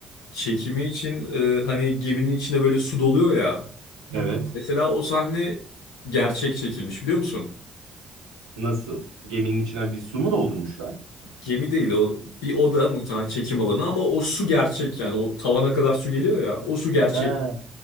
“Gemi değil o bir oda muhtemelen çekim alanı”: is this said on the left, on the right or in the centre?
Left